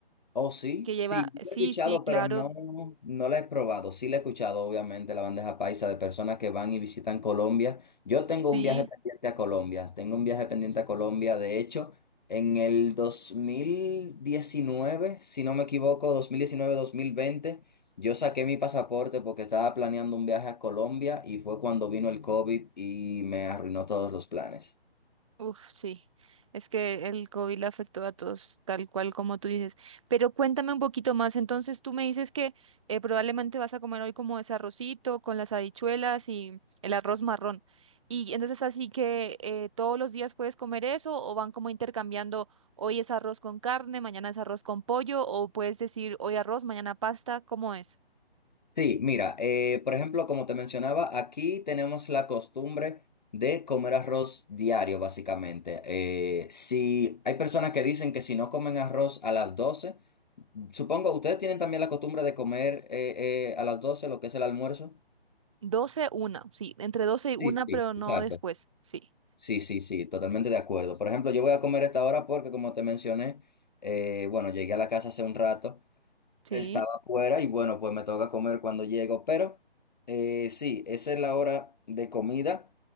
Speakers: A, on the left; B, on the right.
A: Oh, sí,
B: que lleva,
A: sí,
B: sí,
A: la he escuchado,
B: sí, claro,
A: pero no, no la he probado. Sí la he escuchado, obviamente, la bandeja paisa de personas que van y visitan Colombia. Yo tengo
B: sí.
A: un viaje pendiente a Colombia, tengo un viaje pendiente a Colombia. De hecho, en el 2019, si no me equivoco, 2019-2020, yo saqué mi pasaporte porque estaba planeando un viaje a Colombia y fue cuando vino el COVID y me arruinó todos los planes.
B: Uf, sí, es que el COVID le afectó a todos, tal cual como tú dices. Pero cuéntame un poquito más, entonces tú me dices que eh, probablemente vas a comer hoy como ese arrocito con las habichuelas y el arroz marrón. Y entonces así que eh, todos los días puedes comer eso o van como intercambiando, hoy es arroz con carne, mañana es arroz con pollo o puedes decir hoy arroz, mañana pasta, ¿cómo es?
A: Sí, mira, eh, por ejemplo, como te mencionaba, aquí tenemos la costumbre de comer arroz diario, básicamente. Eh, si hay personas que dicen que si no comen arroz a las 12, supongo, ¿ustedes tienen también la costumbre de comer eh, eh, a las 12 lo que es el almuerzo?
B: doce una, sí, entre 12 y una,
A: Sí, sí,
B: pero no
A: exacto.
B: después, sí,
A: Sí, sí, sí, totalmente de acuerdo. Por ejemplo, yo voy a comer a esta hora porque, como te mencioné, eh, bueno, llegué a la casa hace un rato.
B: sí.
A: Estaba fuera y bueno, pues me toca comer cuando llego, pero eh, sí, esa es la hora de comida